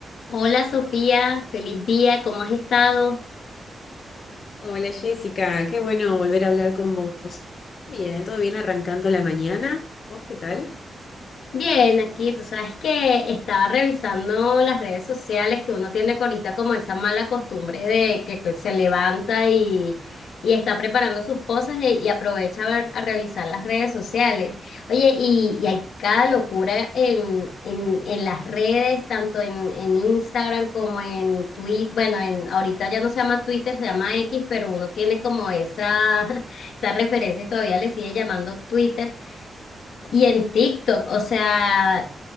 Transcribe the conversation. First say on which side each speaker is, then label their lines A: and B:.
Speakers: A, on the left (about 85°); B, on the left (about 50°).
A: Hola Sofía, feliz día, ¿cómo has estado?
B: Hola Jessica, qué bueno volver a hablar con vos. Bien, todo bien arrancando la mañana. ¿Vos qué tal?
A: Bien, aquí tú sabes que estaba revisando las redes sociales que uno tiene ahorita como esa mala costumbre de que, que se levanta y, y está preparando sus cosas y, y aprovecha a, ver- a revisar las redes sociales. Oye, y, y hay cada locura en, en, en las redes, tanto en, en Instagram como en Twitter. Bueno, en, ahorita ya no se llama Twitter, se llama X, pero uno tiene como esa, <laughs> esa referencia y todavía le sigue llamando Twitter. Y en TikTok, o sea,